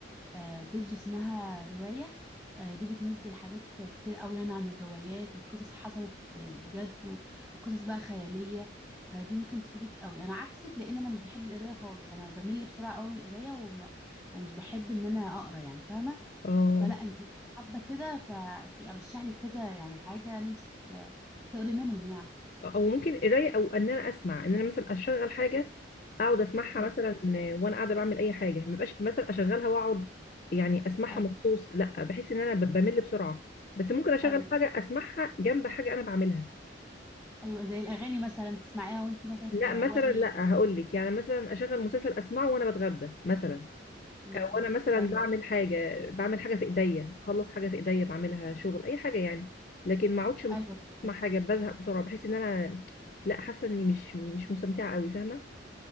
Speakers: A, in the centre; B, on the left (about 45°).
A: آه، بيج اسمها روايه آه، دي بتنزل حاجات كتير قوي يعني عن الروايات وقصص حصلت آه، بجد و- وقصص بقى خياليه فدي ممكن تفيدك قوي انا عكسك لان انا مش بحب القرايه خالص انا بمل بسرعه قوي من القرايه وم- ومش بحب ان انا اقرا يعني فاهمه
B: اه
A: فلا انت حابه كده ففي ارشح لك كذا يعني حاجه ان انت ت- تقري منهم يعني
B: او ممكن قرايه او ان انا اسمع ان انا مثلا اشغل حاجه اقعد اسمعها
A: مم.
B: مثلا وانا قاعده بعمل اي حاجه ما بقاش مثلا اشغلها واقعد يعني اسمعها
A: ايوه
B: مخصوص لا بحس ان انا ب- بمل بسرعه بس ممكن اشغل
A: ايوه
B: حاجه اسمعها جنب حاجه انا بعملها
A: ايوه زي الاغاني مثلا تسمعيها وانت مثلا
B: لا
A: بتروقي
B: مثلا لا هقول لك يعني مثلا اشغل مسلسل اسمعه وانا بتغدى مثلا
A: مم.
B: وانا مثلا
A: ايوه
B: بعمل حاجه بعمل حاجه في ايديا بخلص حاجه في ايديا بعملها شغل اي حاجه يعني لكن ما اقعدش مخ-
A: ايوه فهمك
B: اسمع حاجه بزهق بسرعه بحس ان انا لا حاسه اني مش مش مستمتعه قوي فاهمه